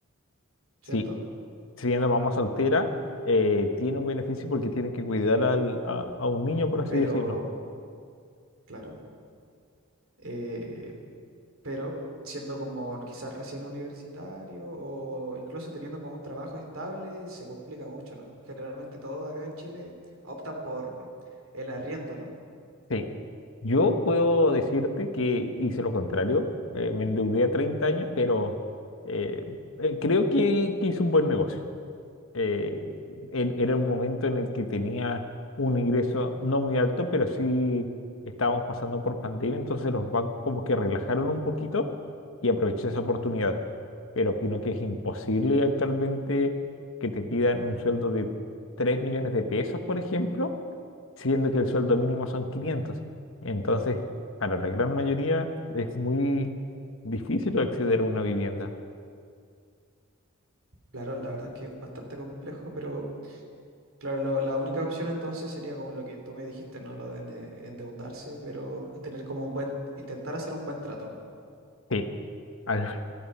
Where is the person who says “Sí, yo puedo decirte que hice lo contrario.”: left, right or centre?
Left